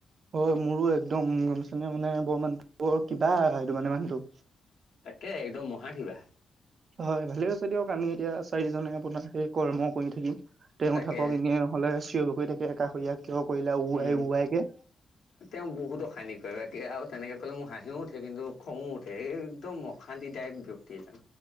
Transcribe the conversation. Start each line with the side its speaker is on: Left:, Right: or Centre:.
Right: হয় মোৰো একদম গম পাইছেনে মানে, ব মানুহটো বৰ কিবা সেইটো মানে মানুহটো।
Left: তাকে একদম মহা কিবা।
Right: হয় ভালে হৈছে দিয়ক, আমি এতিয়া চাৰিজনে আপোনাৰ সেই কৰ্ম কৰি থাকিম, তেওঁ
Left: তাকে
Right: থাকক এনেয়। হ'লে চিঞৰি বাখৰি থাকে, কাষৰীয়া কিয় কৰিলা ওৱাই
Left: উম
Right: ওৱাই কে।
Left: তেওঁ বহুত অশান্তি কৰে বা কে আও তেনেকে ক'লে মোৰ হাঁহিও উঠে, কিন্তু খং ও উঠে এই একদম অশান্তিদায়ক ব্যক্তি এজন।